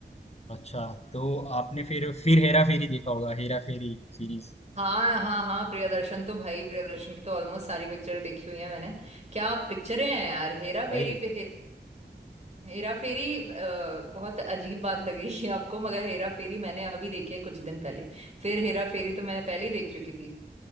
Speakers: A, on the left; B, on the right.
A: अच्छा तो आपने फिर फिर हेरा फेरी देखा होगा हेरा फेरी सीरीज
B: हाँ हाँ हाँ प्रियदर्शन तो भाई प्रियदर्शन की तो ऑलमोस्ट सारी पिक्चर देखी हुई है मैंने क्या पिक्चरें हैं यार हेरा फेरी
A: भाई
B: फिर हेरा फेरी अ, बहुत अजीब बात लगेगी <laughs> आपको मगर हेरा फेरी मैंने अभी देखी है कुछ दिन पहले फिर हेरा फेरी तो मैं पहले ही देख चुकी थी